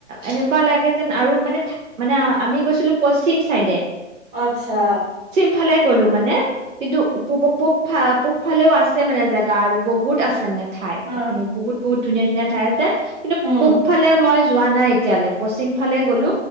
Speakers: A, on the right; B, on the right.
A: এনেকুৱা লাগে যেন আৰু মানে মানে আমি গৈছিলো পশ্চিম চাইডে
B: আত্ছা
A: সোফালে গ'লো মানে কিন্তু পুপ ইফালেও আছে মানে জেগা আৰু বহুত আছে মানে ঠাই
B: অ
A: আপুনি বহুত বহুত ধুনীয়া ধুনীয়া ঠাই আছে কিন্তু
B: উম
A: পূব মই যোৱা নাই এতিয়ালৈ পশ্চিম ফালে গ'লো